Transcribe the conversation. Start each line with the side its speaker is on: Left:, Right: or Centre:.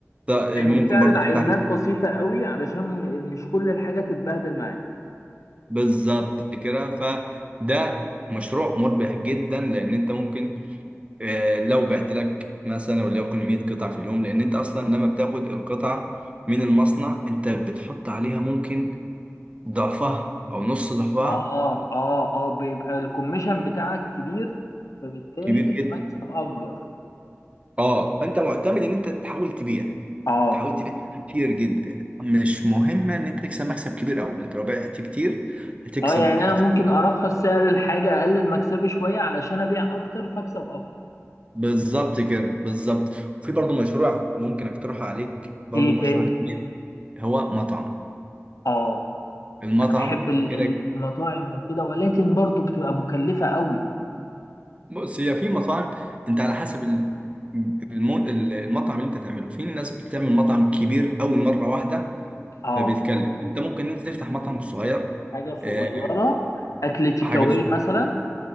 Right: ت-
Left: يعني
Right: ممكن
Left: بتعرض
Right: برضه
Left: عينات
Right: تفتح
Left: بسيطة قوي علشان م- مش كل الحاجة تتبهدل معاك
Right: بالظبط كده فده مشروع مربح جدا لان انت ممكن آه، لو بعت لك مثلا وليكن 100 قطعة في اليوم لأن أنت أصلا لما بتاخد القطعة من المصنع أنت بتحط عليها ممكن ضعفها أو نص ضعفها
Left: اه اه اه بيبقى الكوميشن بتاعك كبير فبالتالي
Right: كبير جدا
Left: المكسب اكبر
Right: أه فأنت معتمد إن أنت تحاول تبيع
Left: اه
Right: تحاول تبيع كتير جدا مش مهم إن أنت تكسب مكسب كبير أوي أنت لو بعت كتير هتكسب
Left: اه يعني
Right: أكتر
Left: انا ممكن ارخص سعر الحاجة اقلل مكسبي شوية علشان ابيع اكتر فاكسب اكتر
Right: بالظبط كده بالظبط في برضو مشروع ممكن أقترحه عليك برضو
Left: ايه
Right: مشروع
Left: تاني
Right: جديد هو مطعم
Left: اه
Right: المطعم
Left: انا بحب ال-
Right: كده
Left: ال- المطاعم وكده ولكن برضو بتبقى مكلفة قوي
Right: بص هي في مطاعم انت على حسب ال- المو- المطعم اللي انت تعمله في ناس بتعمل مطعم كبير قوي مره واحده
Left: اه
Right: فبيتكلم انت ممكن انت تفتح مطعم صغير
Left: حاجة صغيرة
Right: آه،
Left: اكل تيكاواي
Right: حاجه س-
Left: مثلا